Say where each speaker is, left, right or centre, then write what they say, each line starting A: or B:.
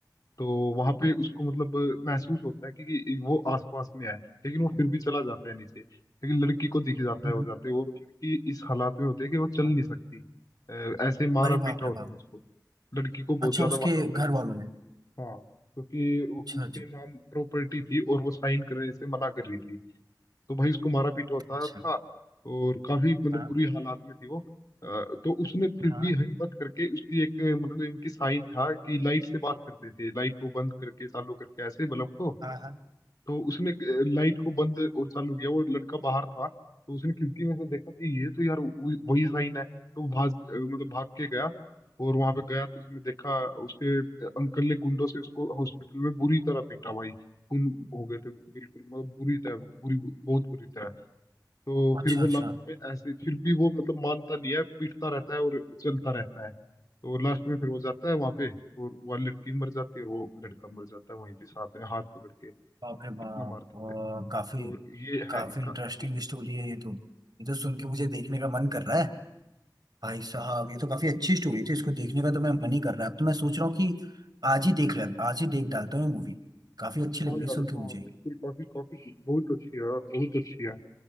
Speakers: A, on the left; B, on the right.
A: तो वहां पे उसको मतलब महसूस होता है कि, कि वो आसपास में है लेकिन वो फिर भी चला जाता है नीचे लेकिन लड़की को दिख जाता
B: हम्म,
A: है वो जाते हुए और लड़की इस हालात में होती है कि वो चल नहीं
B: हम्म,
A: सकती अ, ऐसे मारा
B: अरे बाप
A: पीटा
B: रे
A: होता
B: बाप
A: है उसको लड़की को बहुत
B: अच्छा
A: ज्यादा
B: उसके
A: मारा होता
B: घर
A: है
B: वालों ने
A: हाँ क्योंकि उ-
B: अच्छा
A: उसके
B: अच्छा
A: नाम प्रॉपर्टी थी और वो साइन करने से मना कर रही थी तो भाई उसको मारा पीटा होता
B: अच्छा
A: था और काफी मतलब
B: हाँ
A: बुरी हालात में थी वो अ, तो उसने फिर
B: हाँ
A: भी हिम्मत करके उसकी एक अ, मतलब इनकी साइन था कि लाइट से बात करते थे लाइट को बंद करके चालू करके ऐसे बल्ब को
B: हाँ हाँ
A: तो उसने लाइट को बंद और चालू किया वो लड़का बाहर था तो उसने खिड़की में से देखा कि ये तो यार वही वही साइन है तो वो भाग अ, मतलब भाग के गया और वहां पे गया तो उसने देखा उसके अ, अंकल ने गुंडों से उसको हॉस्पिटल में बुरी तरह पीटा भाई खून हो गए थे बिल्कुल मतलब बुरी तरह बुरी बहुत बुरी तरह तो
B: अच्छा
A: फिर वो
B: अच्छा
A: लास्ट में ऐसे फिर भी वो मतलब मानता नहीं है पीटता रहता है और चलता रहता है तो लास्ट में फिर वो जाता है वहां पे और वह लड़की मर जाती है और वो लड़का मर जाता है वहीं पे साथ में हाथ पकड़ के
B: बाप रे बाप
A: इतना मार देते हैं
B: अ, काफी
A: तो ये
B: काफी
A: है इसका
B: इंटरेस्टिंग
A: एंडिंग
B: स्टोरी है ये तो ये तो सुन के मुझे देखने का मन कर रहा है भाई साहब ये तो काफी अच्छी स्टोरी थी इसको देखने का तो मैं मन ही कर रहा है अब तो मैं सोच रहा हूँ कि आज ही देख ले आज ही देख डालता हूँ मूवी काफी अच्छी लग
A: हाँ
B: रही
A: यार
B: है सुन के मुझे
A: हाँ
B: ये।
A: बिल्कुल काफी काफी बहुत अच्छी है यार बहुत अच्छी है